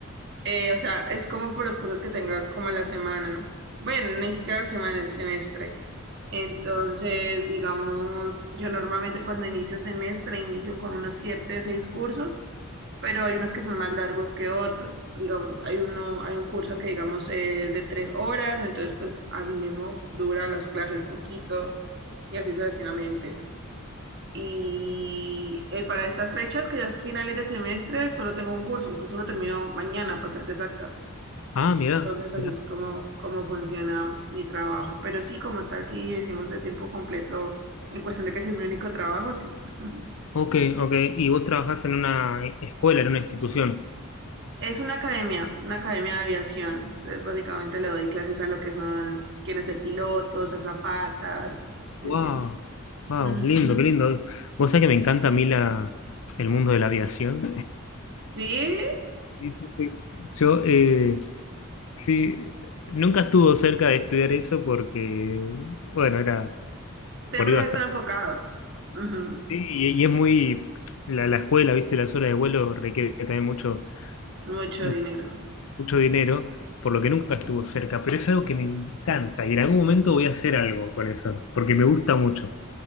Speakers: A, on the right; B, on the left.
A: eh, o sea, es como por los cursos que tenga como a la semana. Bueno, no es que a la semana, el semestre. Entonces, digamos, yo normalmente cuando inicio semestre inicio con unos siete, seis cursos, pero hay unos que son más largos que otros. Digamos, hay uno, hay un curso que digamos es de tres horas, entonces pues así mismo dura las clases poquito y así sucesivamente. Y eh, para estas fechas, que ya es finales de semestre, solo tengo un curso, incluso lo termino mañana, para serte exacta.
B: Ah, mirá,
A: Entonces, así
B: mirá.
A: es como, como funciona mi trabajo. Pero sí, como tal, sí decimos de tiempo completo, en cuestión de que si es mi único trabajo, sí. <laughs>
B: Ok, ok. Y vos trabajás en una escuela, en una institución.
A: Es una academia, una academia de aviación. Entonces, básicamente le doy clases a lo que son, quieren ser pilotos, azafatas, ¿me
B: Wow,
A: entiendes?
B: wow,
A: Ujú.
B: lindo, qué lindo. Vos sabés que me encanta a mí la, el mundo de la aviación.
A: Sí,
B: Sí, sí, sí. Yo eh, sí, nunca estuvo cerca de estudiar eso porque, bueno, era
A: siempre
B: por ahí bastante.
A: se está enfocado. Ujú.
B: Sí, y, y es muy, la, la escuela, viste, las horas de vuelo requiere también mucho,
A: Mucho
B: mucho,
A: dinero.
B: mucho dinero, por lo que nunca
A: Ujú.
B: estuvo cerca, pero es algo que me encanta y en algún momento voy a hacer algo con eso, porque me gusta mucho,